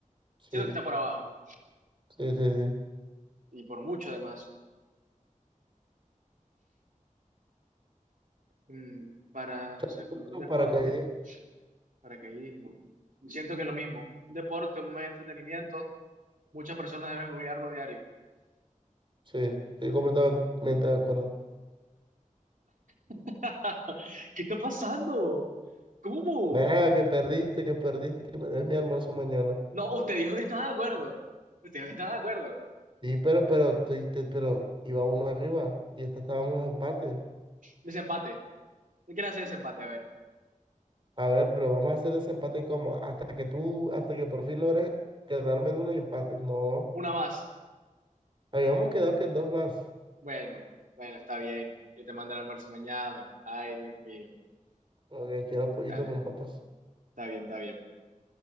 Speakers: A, on the right (about 40°); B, on the right (about 75°).
A: Sí,
B: Siento que está por abajo.
A: sí, sí, sí.
B: Y por mucho, además. Mm, para,
A: Uncharted
B: o sea, como
A: 4
B: un deporte.
A: paracaidismo.
B: Paracaidismo. Siento que lo mismo. Un deporte, un medio de entretenimiento, muchas personas deben olvidarlo diario.
A: Sí, estoy completamente de acuerdo.
B: <laughs> ¿Qué está pasando? ¿Cómo?
A: Nada, que perdiste, que perdiste, que me des mi almuerzo mañana.
B: No, usted dijo que estaba de acuerdo. Usted dijo que estaba de acuerdo.
A: Sí, pero, pero, estoy- te- pero iba uno arriba y esta estábamos en empate.
B: Desempate. ¿Qué quiere hacer desempate? A ver.
A: A ver, pero vamos a hacer ese empate como hasta que tú, hasta que por fin logres quedarme en uno y empates. No,
B: Una más.
A: habíamos quedado que en dos más.
B: Bueno, bueno, está bien. Yo te mando el almuerzo mañana. Ay, Dios mío.
A: Ok, quiero pollito
B: Dale,
A: con papas.
B: está bien, está bien.